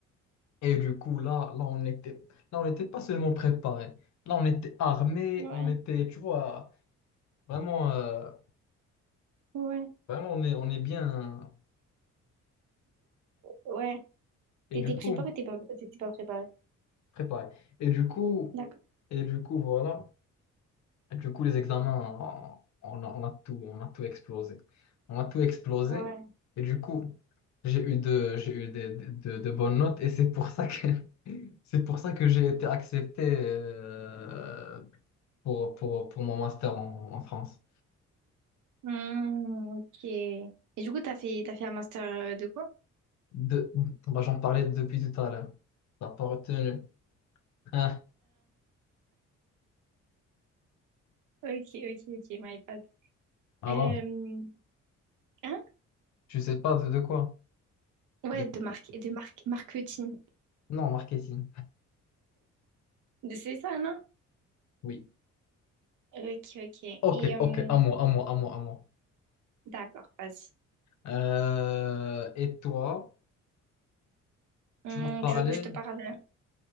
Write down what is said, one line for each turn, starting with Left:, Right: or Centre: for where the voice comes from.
Left: Et du coup, là, là, on était, là, on n'était pas seulement préparé. Là, on était armé,
Right: Ouais.
Left: on était, tu vois, vraiment, euh,
Right: Ouais.
Left: vraiment, on est, on est bien.
Right: Ouais.
Left: Et
Right: T'étais
Left: du coup,
Right: préparé ou t'étais pas, t'étais pas préparé?
Left: préparé. Et du coup,
Right: D'accord.
Left: et du coup, voilà. Et du coup, les examens, on a, on a tout, on a tout explosé. On a tout explosé.
Right: Ouais.
Left: Et du coup, j'ai eu de, j'ai eu de, de, de bonnes notes. Et c'est pour ça que, <laughs> c'est pour ça que j'ai été accepté, euh, pour, pour, pour mon master en en France.
Right: Hmm, ok. Et du coup, t'as fait, t'as fait un master euh, de quoi?
Left: De... Bah, j'en parlais depuis tout à l'heure. T'as pas retenu. Hein?
Right: Ok, ok, ok, my bad.
Left: Alors,
Right: Euh, hein?
Left: je sais pas de, de quoi.
Right: Ouais,
Left: De...
Right: de marque, de marque, marketing.
Left: Non, marketing.
Right: C'est ça, non?
Left: Oui.
Right: Ok, ok.
Left: Ok,
Right: Et euh,
Left: ok, à moi, à moi, à moi, à moi.
Right: d'accord, vas-y.
Left: Euh, et toi,
Right: Hum,
Left: tu m'as parlé,
Right: tu veux que je te parle